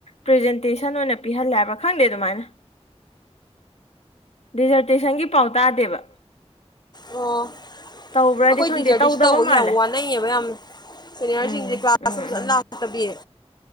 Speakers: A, on the left; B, on the left.
A: ꯄ꯭ꯔꯦꯖꯦꯟꯇꯦꯁꯟ ꯑꯣꯏꯅ ꯄꯤꯍꯜꯂꯦ ꯍꯥꯏꯕ꯭ꯔ ꯈꯪꯗꯦ ꯑꯗꯨꯃꯥꯏꯅ ꯗꯤꯖꯔꯇꯦꯁꯟꯒꯤ ꯄꯥꯎ ꯇꯥꯗꯦꯕ
B: ꯑꯣ
A: ꯇꯧꯕ꯭ꯔꯗꯤ
B: ꯑꯩꯈꯣꯏ
A: ꯈꯪꯗꯦ
B: ꯗꯤꯖꯔꯇꯤꯁꯟ
A: ꯇꯧꯗꯕ
B: ꯇꯧꯕꯒꯤ
A: ꯃꯥꯜꯂꯦ
B: ꯌꯥꯝ ꯋꯥꯅꯩꯌꯦꯕ ꯌꯥꯝ ꯁꯦꯅꯤꯌꯔ
A: ꯎꯝ
B: ꯁꯤꯡꯁꯦ ꯀ꯭ꯂꯥꯁꯁꯨ
A: ꯎꯝ
B: ꯐꯖꯅ
A: ꯎꯝ
B: ꯂꯥꯛꯇꯕꯤꯌꯦ